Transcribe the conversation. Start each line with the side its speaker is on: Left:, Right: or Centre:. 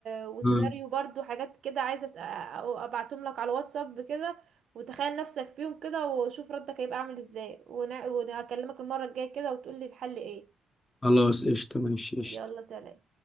Right: وسيناريو
Left: مم.
Right: برضو حاجات كده عايزه أس- أ- ابعتهم لك على الواتساب كده وتخيل نفسك فيهم كده وشوف ردك هيبقى عامل ازاي ون... وهكلمك المره الجايه كده وتقولي الحل ايه
Left: خلاص قشطه ماشي قشطه
Right: يلا سلام